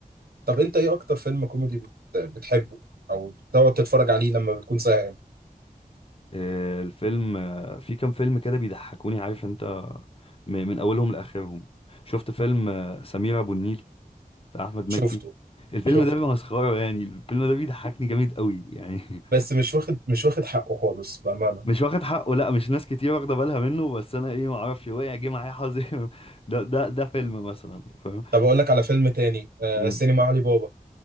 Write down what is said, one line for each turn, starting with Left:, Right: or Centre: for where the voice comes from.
Right: طب أنت إيه أكتر فيلم كوميدي بت- بتحبه أو بتقعد تتفرج عليه لما بتكون زهقان
Left: آه، الفيلم آه، في كام فيلم كده بيضحكوني عارف انت م- من اولهم لاخرهم شفت فيلم آه، سمير ابو النيل بتاع احمد مكي
Right: شفته
Left: الفيلم
Right: شفته
Left: ده بيبقى مسخره يعني الفيلم ده بيضحكني جامد قوي يعني
Right: بس
Left: <laughs>
Right: مش واخد مش واخد حقه خالص بأمانة
Left: مش واخد حقه لا مش ناس كتير واخده بالها منه بس انا ايه ما اعرفش وقع جه معايا حظي <laughs> ده ده ده فيلم مثلا فاهم
Right: طب أقول لك على فيلم تاني آه
Left: مم.
Right: سينما علي بابا